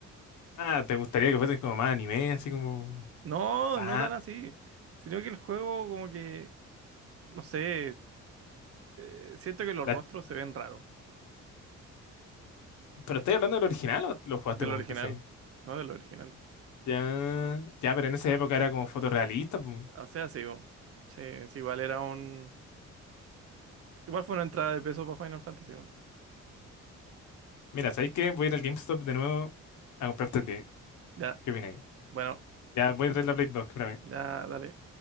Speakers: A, on the left; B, on the right.
A: Ah, ¿te gustaría que fuesen como más anime, así como...
B: No,
A: Ah,
B: no tan así, sino que el juego como que, no sé, eh, siento que los
A: la-
B: rostros se ven raros
A: pero estoy hablando del original o lo jugaste
B: del
A: con
B: original,
A: PC?
B: no del original.
A: Ya, ya, pero en esa época era como fotorrealista. pu.
B: O sea, sí, weón. sí, sí, igual era un... Igual fue una entrada de peso para Final Fantasy, weón.
A: Mira, ¿sabéis qué? Voy a ir al GameStop de nuevo a comprarte el 10.
B: Ya,
A: ¿Qué opináis?
B: bueno,
A: Ya, voy a traer la Play 2, que para mí.
B: ya, dale.